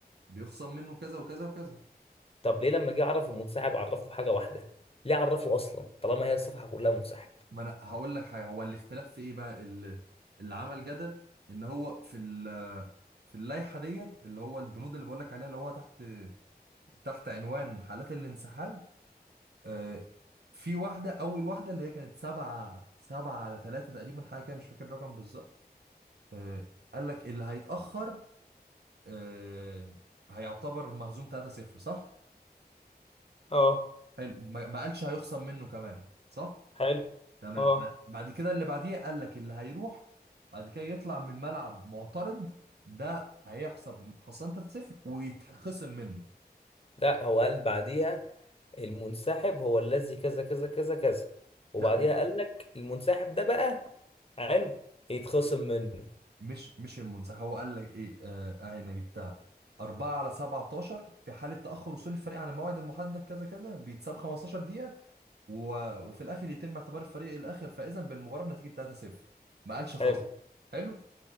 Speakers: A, on the right; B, on the left.
A: بيخصم منه كذا وكذا وكذا
B: طب ليه لما جه يعرف المنسحب عرفه بحاجه واحده ليه عرفه اصلا طالما هي الصفحه كلها منسحب
A: ما انا هقول لك حاجه هو الاختلاف في ايه بقى اللي, اللي عمل جدل ان هو في ال في اللائحه ديت اللي هو البنود اللي بقول لك عليها اللي هو تحت تحت عنوان حالات الانسحاب آه، في واحده اول واحده اللي هي كانت سبعه سبعه على ثلاثه تقريبا حاجه كده مش فاكر الرقم بالظبط آه، قال لك اللي هيتاخر آه، هيعتبر مهزوم 3-0 صح؟
B: اه
A: حلو ما ما قالش هيخصم منه كمان صح؟
B: حلو
A: تمام
B: اه
A: بع- بعد كده اللي بعديه قال لك اللي هيروح بعد كده يطلع من الملعب معترض ده هيحسب خسران 3-0 ويتخصم منه
B: لا هو قال بعديها المنسحب هو الذي كذا كذا كذا كذا وبعديها
A: لا
B: قال لك المنسحب ده بقى حلو يتخصم منه
A: مش مش المنسحب هو قال لك ايه آه، اهي انا جبتها 4 على 17 في حالة تأخر وصول الفريق عن الموعد المحدد كذا كذا بيتساب 15 دقيقة و... وفي الآخر يتم اعتبار الفريق الآخر فائزا بالمباراة بنتيجة 3-0 ما قالش خاص
B: حلو
A: حلو